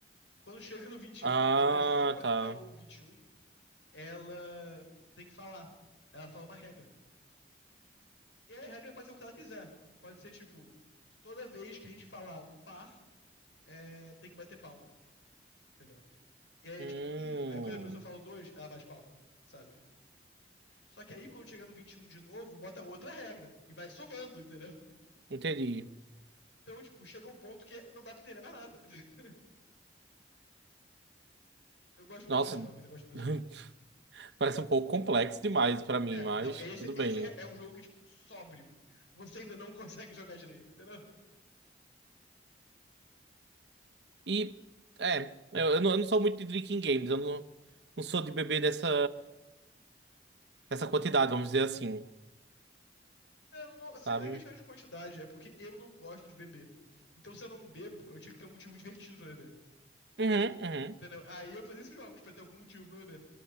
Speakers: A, on the left; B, on the right.
A: Quando chega no 21,
B: Ah,
A: a pessoa
B: tá.
A: que falou o 21, ela tem que falar. Ela fala uma regra. E a regra pode ser o que ela quiser. Pode ser, tipo, toda vez que a gente falar um par, é, tem que bater palma. Entendeu? E aí
B: Hum,
A: é tipo, um, aí quando a pessoa fala dois, ela bate palma, sabe? Só que aí quando chega no 21 de novo, bota outra regra e vai somando, entendeu?
B: entendi.
A: Então, tipo, chega um ponto que não dá pra entender mais nada. <laughs> Eu gosto
B: Nossa,
A: muito desses jogos, eu gosto muito desses jogos.
B: <laughs> parece um pouco complexo demais pra mim,
A: É,
B: mas
A: não, esse,
B: tudo bem.
A: esse é, é um jogo que, é, tipo, sóbrio. Você ainda não <laughs> consegue jogar direito, entendeu?
B: E é, eu, eu não, eu não sou muito de drinking games, eu não, não sou de beber dessa, dessa quantidade, vamos dizer assim,
A: É, Não, não, assim,
B: sabe?
A: não é questão de quantidade, é porque eu não gosto de beber. Então, se eu não bebo, eu tinha que ter um motivo divertido pra beber.
B: Uhum, uhum.
A: Entendeu? Aí eu fazia esses jogos pra ter algum motivo pra beber.